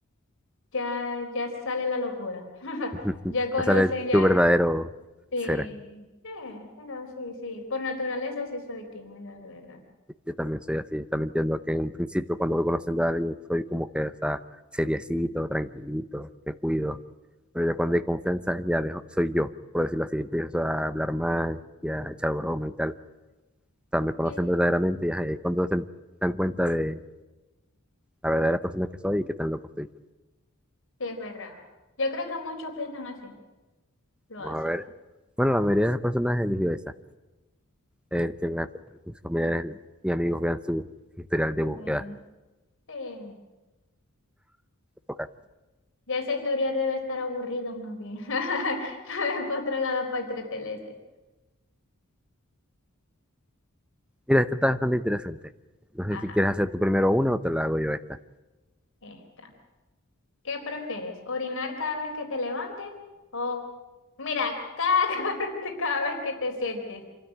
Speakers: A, on the left; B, in the centre.
A: ya, ya sale la locura. <laughs>
B: <laughs>
A: Ya conocen,
B: No sale
A: ya.
B: tu verdadero
A: Sí,
B: ser.
A: eh, pero sí, sí. Por naturaleza sí soy tímida, de verdad.
B: Yo también soy así, también entiendo que en un principio cuando voy conociendo a alguien soy como que, o sea, seriecito, tranquilito, me cuido. Pero ya cuando hay confianza ya dejo- soy yo, por decirlo así, empiezo a hablar más y a echar broma y tal. O sea, me conocen
A: Sí,
B: verdaderamente y ajá, y ahí es cuando se dan cuenta de la verdadera persona que soy y qué tan loco estoy.
A: sí, es verdad. Yo creo que muchos piensan así, lo
B: Vamos
A: hacen.
B: a ver. Bueno, la mayoría de las personas eligió esa, el que la- sus familiares y amigos vean su historial de
A: Eh,
B: búsqueda.
A: sí.
B: Ok.
A: Ya esa historia debe estar aburrido más bien. <laughs> No encontré nada para entretenerse.
B: Mira, esta está bastante interesante. No sé
A: Ajá,
B: si quieres hacer tú primero una o te la hago yo esta.
A: esta. ¿Qué prefieres? ¿Orinar cada vez que te levantes? O, mira, cada <laughs> cada vez que te sientes.